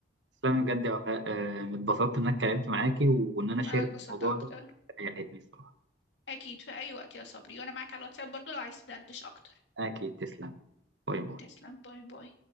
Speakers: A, on the right; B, on the left.
A: تسلمي بجد يا وفاء آه، اتبسطت ان انا اتكلمت معاكي وان انا شاركت
B: انا اتبسطت
A: الموضوع
B: اكتر
A: ده ريحتني الصراحه
B: اكيد في اي وقت يا صبري وانا معاك على الواتساب برضو لو عايز تدردش اكتر
A: اكيد تسلم باي باي
B: تسلم باي باي